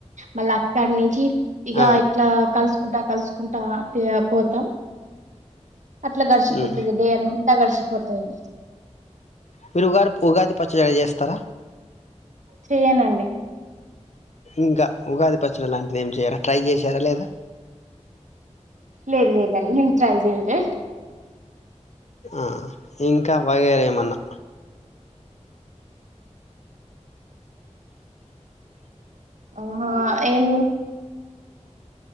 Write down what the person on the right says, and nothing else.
మళ్ళీ అక్కడ నుంచి ఇగ
ఇట్లా కలుసుకుంటా కలుసుకుంటా పోతాం అట్లా గడిసిపోతుది
డ ఎంత గడిసిపో కొట్టాయి
చెయనండి
లే ఇ లేదండి నిం ట్రై దే
ఆహా ఏం